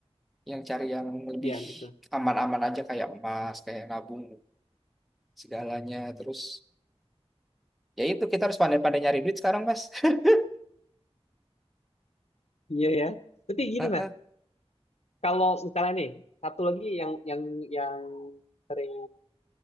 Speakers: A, in the centre; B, on the left.
A: yang cari yang lebih
B: iya betul.
A: aman-aman aja kayak emas, kayak nabung segalanya. Terus ya itu kita harus pandai-pandai nyari duit sekarang, Mas. <laughs>
B: Iya ya. Tapi gini
A: Heeh.
B: mas, kalau misalnya nih satu lagi yang yang yang sering